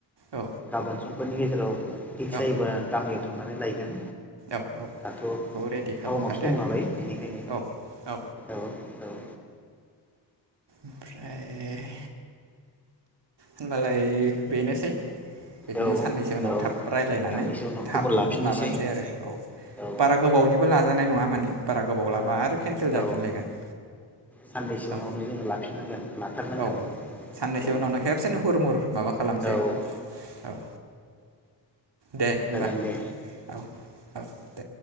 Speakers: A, on the right; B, in the centre.
A: औ
B: गाबोन समफोरनि गेजेराव फिक्स जायोबा
A: औ
B: गामियाव थांनानै लायगोन।
A: औ औ
B: दाथ'
A: खौ रेडि खालामखादो
B: टाउनावसो दं नालाय बेनिखायनो
A: औ औ
B: औ औ।
A: ओमफ्राय होमबालाय बेनोसै बिदिनो
B: औ
A: साननैसो उनाव
B: औ
A: थाब रायज्लायनानै
B: साननैसो उनाव
A: थाब
B: खबर लाफिननोसै
A: माबानोसै आरो औ
B: औ
A: बारा गोबावनिबो लाजानाय नङा माने बारा गोबाव
B: ओं
A: लाबा आरो केनसेल जाफिनलायगोन।
B: औ साननैसो उनावनो
A: औ
B: जोङो लाफिनांगोन लाथारनांगोन
A: औ औ
B: औ।
A: साननैसो उनावनो खेबसेनो हुर मुर माबा खालामसै
B: औ
A: औ। दे होनबा
B: जागोन दे
A: औ औ। दे